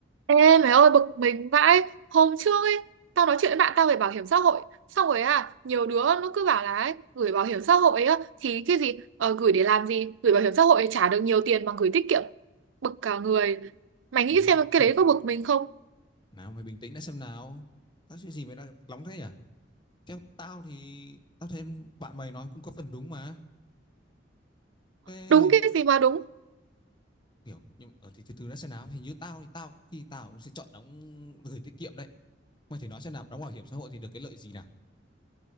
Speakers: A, on the right; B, on the left.
A: Ê mày ơi bực mình vãi Hôm trước ấy Tao nói chuyện với bạn tao về bảo hiểm xã hội Xong rồi à Nhiều đứa nó cứ bảo là ấy, Gửi bảo hiểm xã hội á Thì cái gì ờ, Gửi để làm gì Gửi bảo hiểm xã hội trả được nhiều tiền bằng gửi tiết kiệm Bực cả người Mày nghĩ
B: Ừ,
A: xem cái
B: tiền
A: đấy có bực mình không
B: nào mày bình tĩnh đã xem nào. Tao chuyện gì mày đang nóng thế nhỉ? Theo tao thì tao thấy bạn mày nói cũng có phần đúng mà. Thế
A: Đúng cái gì mà đúng
B: kiểu nhưng ở thì từ từ đã xem nào. Hình như tao thì tao khi tao cũng sẽ chọn đóng gửi tiết kiệm đấy. Mày thì nói xem nào, đóng bảo hiểm xã hội thì được cái lợi gì nào?